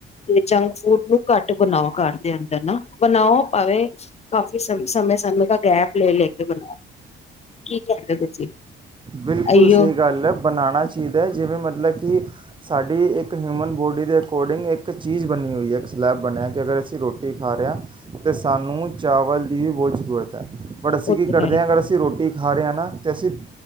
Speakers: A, on the left; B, on the right.
A: ਤੇ ਜੰਕ ਫੂਡ ਨੂੰ ਘੱਟ ਬਣਾਓ ਘਰ ਦੇ ਅੰਦਰ ਨਾ ਬਣਾਓ ਭਾਵੇਂ ਕਾਫ਼ੀ ਸਮ ਸਮੇਂ ਸਮੇਂ ਦਾ ਗੈਪ ਲੈ ਲੈ ਬਣਾਓ ਕੀ ਕਹਦੇ ਤੁਸੀਂ
B: ਬਿਲਕੁਲ
A: ਅਈਓ
B: ਸਹੀ ਗੱਲ ਹੈ ਬਣਾਉਣਾ ਚਾਹੀਦਾ ਹੈ ਜਿਵੇਂ ਮਤਲਬ ਕਿ ਸਾਡੀ ਇੱਕ ਹਿਊਮਨ ਬੋਡੀ ਦੇ ਅਕੋਰਡਿੰਗ ਇੱਕ ਚੀਜ਼ ਬਣੀ ਹੋਈ ਹੈ ਇੱਕ ਸਲੈਬ ਬਣਿਆ ਕਿ ਅਗਰ ਅਸੀਂ ਰੋਟੀ ਖਾ ਰਹੇ ਹਾਂ ਤਾਂ ਸਾਨੂੰ ਚਾਵਲ ਦੀ ਵੀ ਬਹੁਤ ਜ਼ਰੂਰਤ ਹੈ ਪਰ ਅਸੀਂ
A: ਉਹ
B: ਕੀ ਕਰਦੇ
A: ਤੇ ਹੈ
B: ਹਾਂ ਅਗਰ ਅਸੀਂ ਰੋਟੀ ਹਰਿਆਣਾ ਤਹਿਸੀਲ